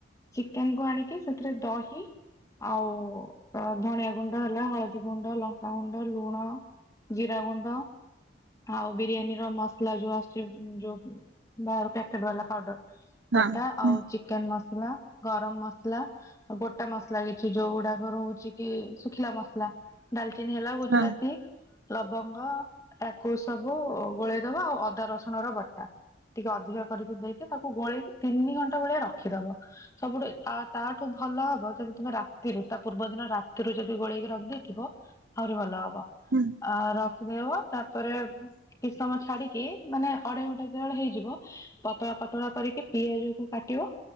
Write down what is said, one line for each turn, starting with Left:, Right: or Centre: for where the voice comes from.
Left: ଚିକେନ୍ କୁ ଆଣିକି ସେଥିରେ ଦହି ଆଉ ଧଣିଆ ଗୁଣ୍ଡ ହେଲା ହଳଦୀ ଗୁଣ୍ଡ, ଲଙ୍କା ଗୁଣ୍ଡ, ଲୁଣ ଜିରା ଗୁଣ୍ଡ ଆଉ ବିରିୟାନୀର ମସଲା ଯଉ ଆସୁଚି ଯଉ ବାହର ପ୍ୟାକେଟ୍ ବାଲା ପାଉଡର୍।
Right: ହଁ
Left: ସେଟା ଆଉ
Right: ହୁଁ
Left: ଚିକେନ୍ ମସଲା, ଗରମ୍ ମସଲା ଆଉ ଗୋଟା ମସଲା କିଛି ଯଉ ଗୁଡାକ ରହୁଚି କି ଶୁଖିଲା ମସଲା ଡାଲଚିନି ହେଲା ଗୁଜୁରାତି,
Right: ହଁ
Left: ଲବଙ୍ଗ୍ ବ ୟାକୁ ସବୁ ଗୋଳେଇ ଦବ ଆଉ ଅଦା ରସୁଣ ର ବଟା ଟିକେ ଅଧିକ କରିକି ଦେଇକି ତାକୁ ଗୋଳେଇକି ତିନି ଘଣ୍ଟା ଭଳିଆ ରଖି ଦବ। ସବୁଠୁ ଆ- ତାଠୁ ଭଲ ହବ ଯଦି ତମେ ରାତିରୁ ତା ପୂର୍ବ ଦିନ ରାତିରୁ ଯଦି ଗୋଳେଇ କି ରଖି ଦେଇଥିବ ଆହୁରି ଭଲ ହବ
Right: ହୁଁ
Left: ଅ-ରଖିଦେବ ତା ପରେ କିଛି ସମୟ ଛାଡିକି ମାନେ ଅଢେଇ ଘଣ୍ଟା ଯେତେବେଳେ ହେଇଯିବ ପତଳା ପତଳା କରିକି ପିଆଜ କୁ କାଟିବ